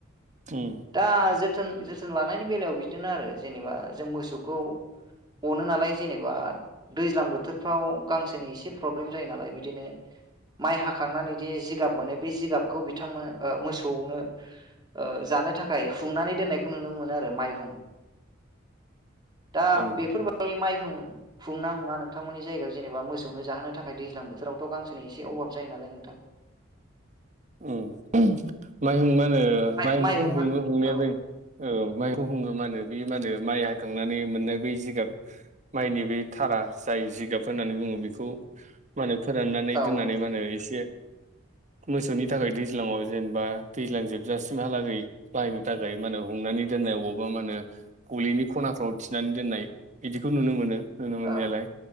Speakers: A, on the right; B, on the right.
A: उम
B: दा जे जो जोथोन लानायनि बेलायाव बिदिनो आरो जेनेबा जों मोसौखौ अनो नालाय जेनेबा दैज्लां बोथोर फोराव गांसोनि प्रेब्लेम जायो नालाय बिदिनो माइ हाखांनानै दि जिगाब मोनो बे जिगाबखौ बिथांनो मोसौनो ओ जानो थाखाय हुंनानै दोननायखौ नुनो मोनो आरो माइहुं। दा
A: उम
B: बेफोरबायदि माइहुं हुङोना हुङा नोंथांमोननि जायगायाव जेनबा मोसौनो जाहोनो थाखाय दैज्लां बोथोरावथ' गांसेनि एसे अभाब जायो नालाय नोंथां।
A: ओम माइहुं मा होनो
B: माइ
A: माइहुंखौ
B: माइहुङा
A: हुङो हुंनाया
B: औ
A: बे ओ माइहुंखौ हुङो माहोनो बे मा होनो माइ हाखांनानै मोननाय बै जिगाब माइनि बे थारा जाय जिगाब होननानै बुङो बेखौ। मा होनो फोराननानै
B: औ
A: दोननानै मा होनो एसे मोसौनि थाखाय दैज्लाांयाव जेनेबा दैज्लां जोबजासिमहालागै बाहायनो थाखाय माहोनो हुंनानै दोननाय अबावबा मा होनो गलिनि खनाफ्राव थिनानै दोननाय बिदिखौ नुनो मोनो। नुनो
B: औ
A: मोननायालाय